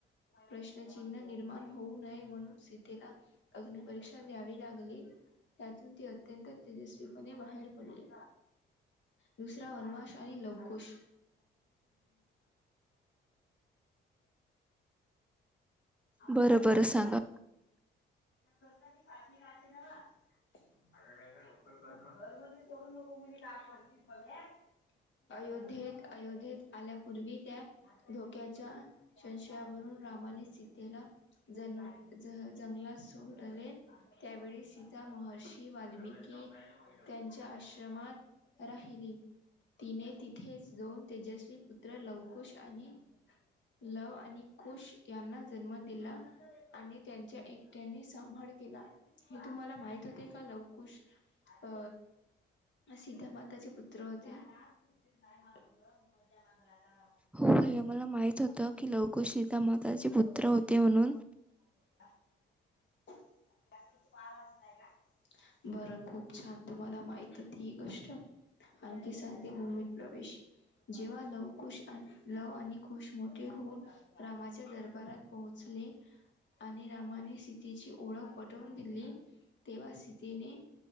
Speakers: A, on the left; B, in the centre.
A: प्रश्नचिन्ह निर्माण होऊ नये, म्हणून सीतेला अग्निपरीक्षा द्यावी लागली. त्यातून ती, अत्यंत तेजस्वीपणे बाहेर पडली. दुसरा वनवाश आणि लवकुश आ <unintelligible> त्या
B: बरं बरं सांगा.
A: दत्ताची काकी राहते न्हवं, अग जरा लवकर कर <inaudible> म्हणून सोडून तु हे काय करतीस बघ ए, अयोध्येत, अयोध्येत आल्यापूर्वी, त्या धोक्याच्या संशयावरून रामाने सी ज-जंगलात सोडले. त्यावेळी सीता, महर्षी वाल्मिकी त्यांच्या आश्रमात राहिली. तिने तिथेच दोन तेजस्वी पुत्र लवकुश आणि लव आणि कुश यांना जन्म दिला. आणि त्यांचा एकटीने सांभाळ केला. हे तुम्हाला माहित होते का लवकुश? अ. सीता माताचे पुत <unintelligible>
B: हो. हे आम्हाला माहित होतं की, लवकुश सीता माताचे पुत्र होते म्हणून.
A: <unintelligible> <unintelligible> बरं खूप छान, तुम्हाला माहित होती ही गोष्ट? आणखी, साधी भूमीत प्रवेश. जेव्हा लवकुश आणि लव आणि कुश मोठे होऊन, रामाच्या दरबारात पोहोचले. आणि रामाने, सीतेची ओळख पटवून दिली. तेव्हा सी तेने